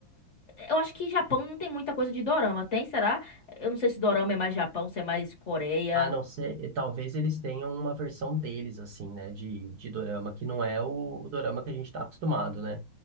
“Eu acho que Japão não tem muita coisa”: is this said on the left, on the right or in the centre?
Left